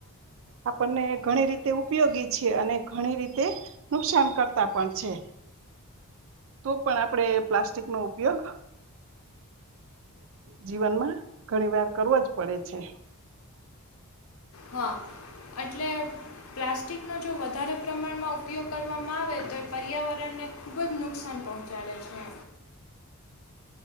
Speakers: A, on the right; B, on the left.
A: આપણને ઘણી રીતે ઉપયોગી છે અને ઘણી રીતે, નુકસાન કરતા પણ છે તો પણ આપણેે પ્લાસ્ટિક નો ઉપયોગ, જીવનમાં ઘણી વાર કરવો જ પડે છે.
B: હા એટલે, પ્લાસ્ટિકનો જો વધારે પ્રમાણમાં ઉપયોગ કરવામાં આવે તો એ પર્યાવરણને, ખૂબ જ નુકસાન પહોંચાડે છે.